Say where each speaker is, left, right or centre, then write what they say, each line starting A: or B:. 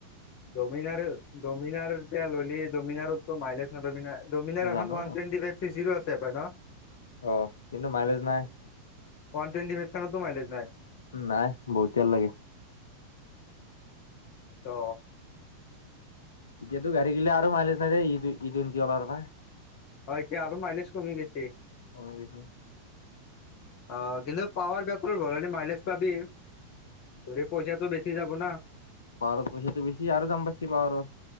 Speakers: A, on the left (about 45°); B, on the left (about 70°).
A: ডমিনাৰ ডমিনাৰ এতিয়া ল'লি। ডমিনাৰত মাইলেজ নাপাবি নহয়। ডমিনাৰ
B: জানো
A: এখন ওৱান টোৱেণ্টি ফাইভ চিচিৰো আছে পাই ন?
B: অ, কিন্তু মাইলেজ নাই।
A: ওৱান টোয়েনটিফাইভ খনতো মাইলেছ নাই।
B: নাই বহুটিয়াল লাগে।
A: অ।
B: এতিয়াটো গাৰি গিলা আৰু মাইলেজ নাই <unintelligible>
A: হয়, এতিয়া আৰু মাইলেজ কমি গৈছে।
B: হয়, ইটো
A: অ, কিন্তু পাৱাৰ <unintelligible> ভৰাই দিম মাইলেজ পাবি। তুৰ এ পইচাটো বেছি যাব না।
B: পাহাৰত পইচাটো বেছি আৰু দাম <unintelligible> আৰু।